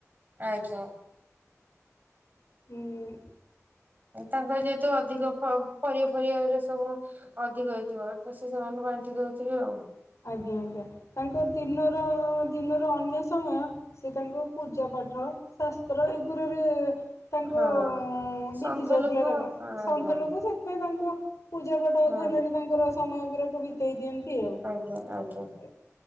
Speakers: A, on the right; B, on the left.
A: ଆଜ୍ଞା।
B: ହୁଁ।
A: ତାଙ୍କର ଯେହେତୁ ଅଧିକ ପରିବା ଫରିବା ସବୁ ଅଧିକ ହେଇଥିବ ତ ସେ ସେମାନଙ୍କୁ ବାଣ୍ଟି ଦଉଥିବେ ଆଉ।
B: ଆଜ୍ଞା ଆଜ୍ଞା ତାଙ୍କ ଦିନର ଦିନର ଅନ୍ୟ ସମୟ। ସେ ତାଙ୍କ ପୂଜା ପାଠ ଶାସ୍ତ୍ର ଏଗୁରାରେ ତାଙ୍କ
A: ହଁ ସନ୍ଥ
B: ବିତି ଯାଉଥିଲା
A: ଲୋକ
B: ତାଙ୍କ
A: ଆଜ୍ଞା।
B: ସନ୍ଥ ଲୋକ ସେଥିପାଇଁ ତାଙ୍କ ପୂଜାପଠ
A: ହଁ
B: ଅଧ୍ୟୟନରେ ତାଙ୍କର ସମୟ ଗୁରାକ ବିତେଇ ଦିଅନ୍ତି ଆଉ।
A: ହଁ ଆଜ୍ଞା।
B: ହ।